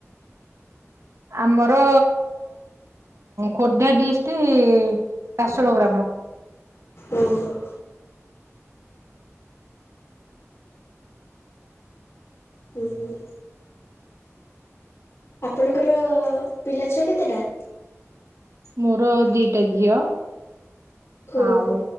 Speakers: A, on the right; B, on the left.
A: ଆମର ଖୋର୍ଦ୍ଧା ଡିଷ୍ଟ୍ରି ପାସଳ ଗ୍ରାମ।
B: ଓ ହୋ। ହୁଁ ହୁଁ। ଆପଣଙ୍କର ପିଲାଛୁଆ କେତେଟା?
A: ମୋର ଦିଟା ଝିଅ।
B: ଓହୋ
A: ଆଉ